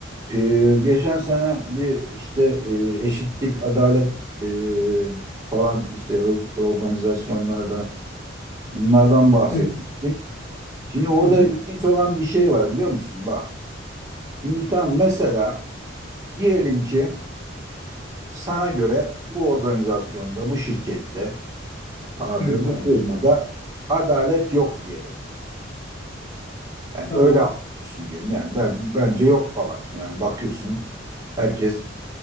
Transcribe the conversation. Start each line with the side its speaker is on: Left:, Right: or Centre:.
Right: e, geçen sene bir işte e, eşitlik, adalet e, falan işte o- organizasyonlarda bunlardan bahsetmiştim.
Left: Evet.
Right: Şimdi orada
Left: Hı hı.
Right: ilginç olan bir şey var biliyor musun? Bak şimdi tam mesela diyelim ki sana göre bu organizasyonda, bu şirkette Abi
Left: Evet
Right: bu
Left: abi.
Right: firmada adalet yok diyelim. Yani
Left: Tamam.
Right: öyle anlıyorsun diyelim. Yani ben bence yok falan. Yani bakıyorsun herkes